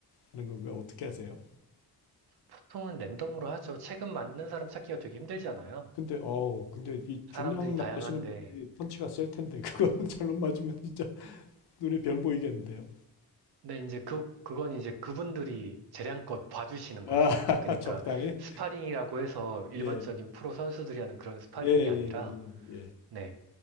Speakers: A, on the left (about 75°); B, on the right (about 70°).
A: 하는 건가요? 어떻게 하세요?
B: 보통은 랜덤으로 하죠. 체급 맞는 사람 찾기가 되게 힘들잖아요.
A: 근데 어우 근데 이
B: 사람들이
A: 중량
B: 다양한데.
A: 나가시는 분들이 펀치가 셀 텐데 그거는 <laughs> 잘못 맞으면 진짜 눈에 별 보이겠는데요.
B: 근데 이제 그, 그건 이제 그분들이 재량껏 봐주시는
A: 아
B: 거죠. 그러니까
A: <laughs> 적당히
B: 스파링이라고 해서 일반적인
A: 예
B: 프로 선수들이 하는 그런 스파링이
A: 예
B: 아니라,
A: 예
B: 네,